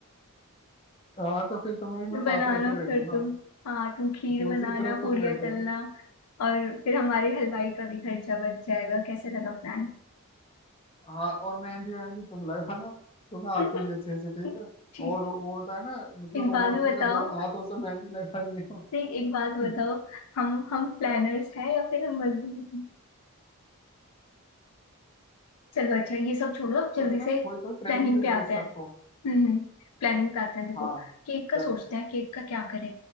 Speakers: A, on the left; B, on the left.
A: हाँ तो फिर तुम्हें भी मैं साथ
B: बनाना
A: लेके बैठूंगा
B: फिर तुम हाँ तुम खीर
A: दूसरी
B: बनाना
A: तरफ
B: पूड़ियाँ
A: तुम बैठोगी
B: तलना और फिर हमारे हलवाई का भी खर्चा बच जाएगा कैसे लगा प्लान
A: हाँ और मेहंदी मेहंदी तुम लगाना तुम्हें
B: <laughs>
A: आती भी अच्छे से ठीक है
B: ठीक
A: और रो- वो होता है ना मतलब
B: एक
A: रोबोट
B: बात भी
A: की तरह
B: बताओ
A: दोनों हाथों से मेहंदी लगा रही हो
B: नहीं एक बात बताओ
A: <laughs>
B: हम हम प्लानर्स हैं या फिर हम मजदूर हैं चलो अच्छा ये सब छोड़ो अब जल्दी
A: सच ना
B: से
A: हम थोड़ी थोड़ी ट्रेनिंग
B: प्लानिंग
A: भी
B: पे
A: देंगे
B: आते
A: सबको
B: हैं हम्म प्लानिंग करते हैं देखो
A: हाँ
B: केक का
A: चलो
B: सोचते हैं केक का क्या करें